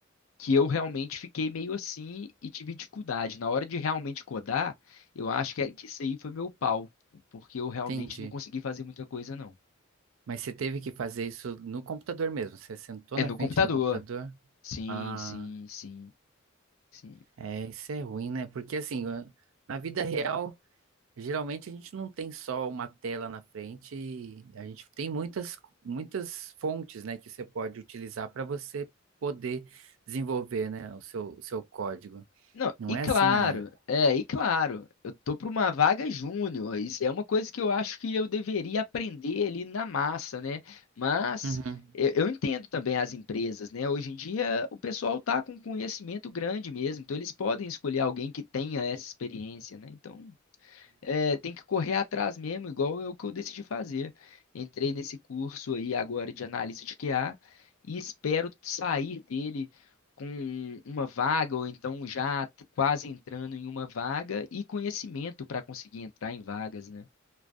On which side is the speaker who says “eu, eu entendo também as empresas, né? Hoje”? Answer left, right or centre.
Left